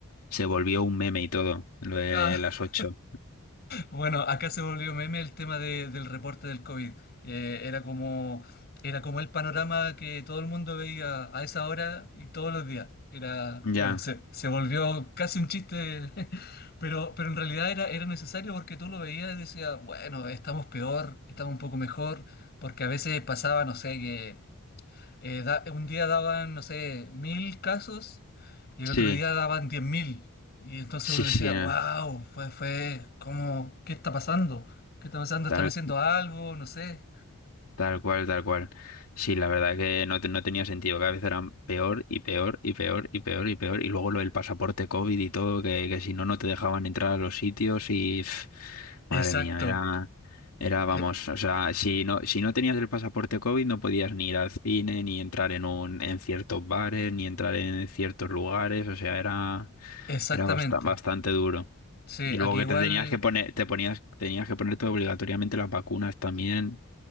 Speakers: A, on the left; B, on the left.
A: se volvió un meme y todo, lo de
B: Ah,
A: las ocho
B: Bueno, acá se volvió meme el tema de- del reporte del COVID. Eh, era como, era como el panorama que todo el mundo veía a esa hora y todos los días. Era,
A: Ya,
B: bueno, se, se volvió casi un chiste, <laughs> pero, pero en realidad era, era necesario porque tú lo veías y decías, bueno, estamos peor, estamos un poco mejor, porque a veces pasaba, no sé, que eh, da- un día daban, no sé, mil casos y el
A: sí.
B: otro día daban diez mil. Y entonces
A: Sí,
B: uno decía,
A: sí,
B: wow,
A: no,
B: fue, fue, ¿cómo? ¿Qué está pasando? ¿Qué está pasando?
A: Tal,
B: ¿Están haciendo algo? No sé.
A: tal cual, tal cual. Sí, la verdad que no, te- no tenía sentido. Cada vez eran peor y peor y peor y peor y peor. Y luego lo del pasaporte COVID y todo, que, que si no, no te dejaban entrar a los sitios y... pf,
B: Exacto,
A: madre mía, era... Era, vamos,
B: e-
A: o sea, si no, si no tenías el pasaporte COVID no podías ni ir al cine, ni entrar en un, en ciertos bares, ni entrar en ciertos lugares, o sea, era,
B: exactamente.
A: era basta- bastante duro.
B: Sí,
A: Y luego
B: aquí
A: que
B: igual
A: te tenías que poner, te ponías, tenías que ponerte obligatoriamente las vacunas también.